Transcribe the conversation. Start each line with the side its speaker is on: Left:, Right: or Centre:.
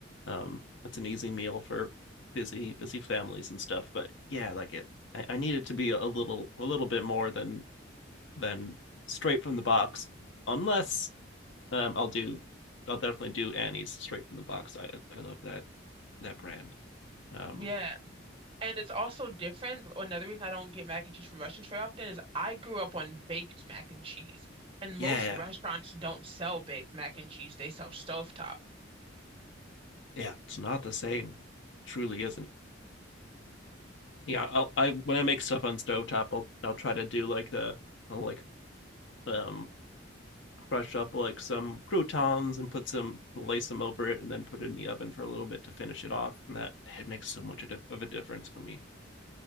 Left: um it's an easy meal for busy busy families and stuff but yeah like it I, I need it to be a little a little bit more than than straight from the box. Unless um, I'll do, I'll definitely do Annie's straight from the box. I I love that that brand. Um,
Right: Yeah. And it's also different. Another reason I don't get mac and cheese from restaurants very often is I grew up on baked mac and cheese. And
Left: yeah,
Right: most restaurants don't sell baked mac and cheese, they sell stovetop.
Left: yeah, it's not the same. Truly isn't. Yeah, I'll, I when I make stuff on stovetop, I'll I'll try to do like the I'll like um crush up like some croutons and put some lace them over it and then put it in the oven for a little bit to finish it off and that it makes so much of a difference for me